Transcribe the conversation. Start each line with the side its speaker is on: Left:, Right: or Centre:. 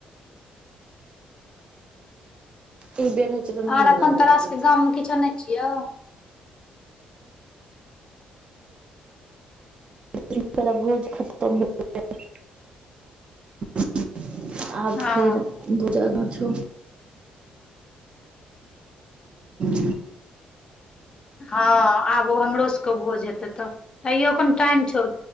Right: <inaudible>
Left: आर अखन
Right: लागऽ
Left: तोरा
Right: लागै
Left: सबके गाममे किछो नहि छियौ।
Right: एक तोरा भोज खतम भेल <unintelligible> आब
Left: हँ
Right: फेर दु जगह छौ <unintelligible>
Left: हँ आब ओ हमरो सबके भोज हेतै तऽ तैयो एखन टाइम छौ।